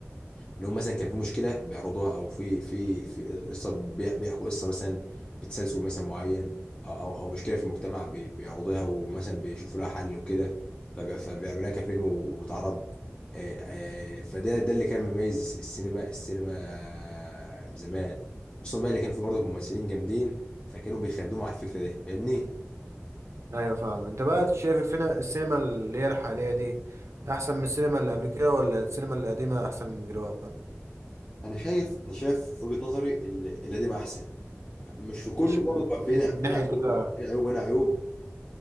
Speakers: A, on the left; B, on the right.
A: لو مثلا كان في مشكله بيعرضوها او في في في قصه بيح- بيحكوا قصه مثلا بتسلسل مثلا معين او او أو مشكله في المجتمع بي- بيعرضوها ومثلا بيشوفوا لها حل وكده فبي- فبيعملوها كفيلم و- وبتعرض آه، آه، فده ده اللي كان مميز الس- السينما السينما زمان خصوصا بقى اللي كان في برضه ممثلين جامدين فكانوا بيخدموا على الفكره دي فاهمني
B: ايوه فاهم انت بقى شايف الفينا السينما اللي هي الحاليه دي احسن من السينما اللي قبل كده ولا السينما القديمه احسن من دلوقتي
A: انا شايف انا شايف في وجهه نظري ال- القديم احسن مش في كله
B: مش
A: برضه
B: من
A: فينا فينا
B: ناحيه كده
A: عيوب فينا عيوب هنا عيوب